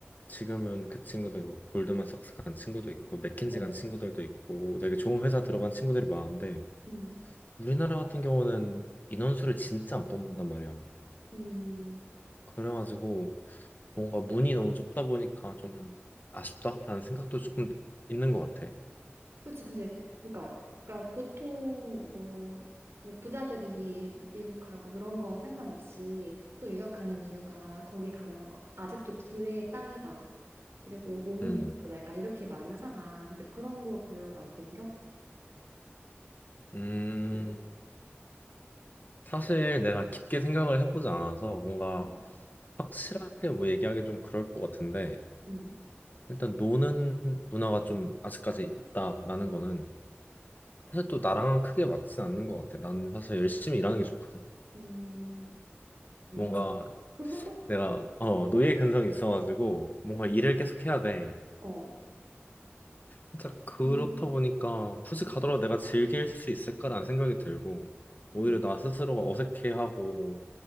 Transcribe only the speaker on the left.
지금은 그 친구들 뭐 골드만삭스 간 친구도 있고 맥킨지
간 친구들도 있고 되게 좋은 회사 들어간 친구들이 많은데
우리나라 같은 경우는 인원수를 진짜 안 뽑는단 말이야.
그래가지고 뭔가 문이 너무 좁다 보니까 좀 아쉽다라는 생각도 조금 있는 것 같아.
음,
음,
사실 내가 깊게 생각을 해보지 않아서 뭔가
확실하게 뭐 얘기하기 좀 그럴 것 같은데
일단 노는 문화가 좀 아직까지 있다라는 거는 사실 또 나랑 크게 맞진 않는 것 같아. 나는 사실 열심히 일하는 게 좋거든.
뭔가
내가 어 노예 근성이 있어가지고 뭔가 일을 계속 해야 돼.
진짜 그렇다
보니까 굳이
가더라도 내가 즐길 수 있을까라는 생각이 들고
오히려 나 스스로가 어색해하고